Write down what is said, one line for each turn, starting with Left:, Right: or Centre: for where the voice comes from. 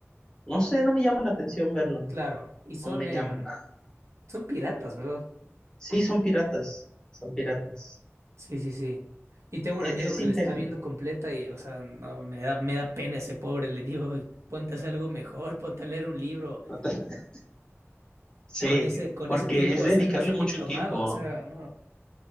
Left: no sé, no me llama la atención verlo,
Right: claro. Y son,
Left: no me
Right: em,
Left: llama nada.
Right: son piratas, ¿verdad?
Left: Sí, son piratas, son piratas.
Right: Sí, sí, sí. Y tengo un
Left: Es,
Right: amigo
Left: es
Right: que
Left: interesante.
Right: le está viendo completa y, o sea, no, me da, me da pena ese pobre. Le digo, ponte a hacer algo mejor, <laughs> ponte a leer un libro.
Left: <laughs> Sí,
Right: Con ese, con
Left: porque
Right: ese tiempo
Left: es dedicarle
Right: sacas un
Left: mucho
Right: diplomado,
Left: tiempo,
Right: o sea, no.